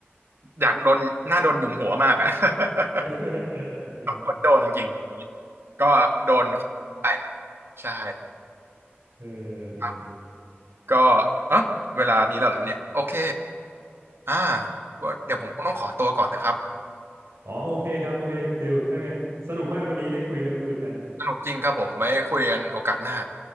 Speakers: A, on the right; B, on the right.
A: อยากโดนหน้าโดนหยุมหัวมากอะ
B: <laughs> เออเออ
A: <laughs> สมควรโดนจริงๆก็โดนไปใช่
B: เอ
A: ครับก็เออเวลานี้แล้วเหรอเนี่ยโอเคอ่าเดี๋ยวผมคงต้องขอตัวก่อนนะครับ
B: อ อ๋อโอเคครับโอเคคุณฟิลถ้างั้นสนุกมากวันนี้ได้คุยเรื่องดูนกัน
A: สนุกจริงครับผมไว้คุยกันโอกาสหน้า